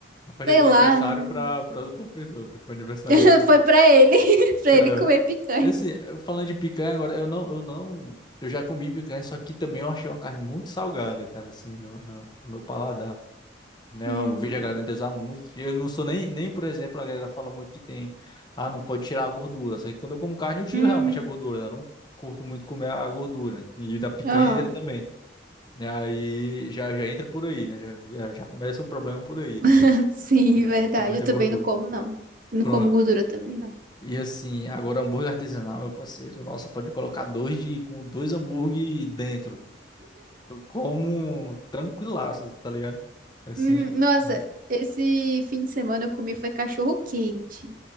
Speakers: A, on the left (about 25°); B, on the right (about 50°).
A: a festa
B: sei
A: de
B: lá,
A: aniversário
B: não.
A: pra, pra outra pessoa, não foi pra aniversariante,
B: <laughs>
A: não.
B: Foi pra ele, <laughs> pra
A: É.
B: ele comer picanha.
A: Assim, eu falando de picanha agora, eu não, eu não, eu já comi picanha, só que também eu achei uma carne muito salgada, cara, assim, no, no no meu paladar. Né,
B: Hum,
A: eu vejo
B: hum.
A: a galera endeusar muito. Eu não sou nem, nem, por exemplo, a galera fala muito que tem, ah, não pode tirar a gordura. Só que quando eu como carne, eu tiro
B: hum.
A: realmente a gordura, né? Eu não curto muito comer a gordura. E da picanha
B: Ah,
A: entra também. E aí já, já entra por aí, né? Já, já, já começa o problema por aí. né?
B: <laughs> sim, verdade.
A: É, tem muita
B: Eu também
A: gordura.
B: não como, não. Não
A: Pronto.
B: como gordura também, não.
A: E assim, agora hambúrguer artesanal, meu parceiro. Nossa, pode colocar dois de com dois hambúrguer dentro. Eu como tranquilaço, tá ligado? Assim,
B: Hum, nossa,
A: vai.
B: esse fim de semana eu comi foi cachorro quente.